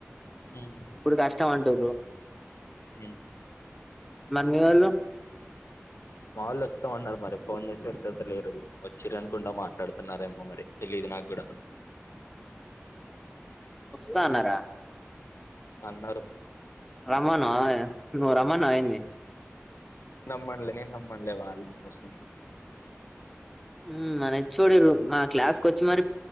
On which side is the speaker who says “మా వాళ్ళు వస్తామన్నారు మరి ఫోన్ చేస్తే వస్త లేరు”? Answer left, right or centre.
Left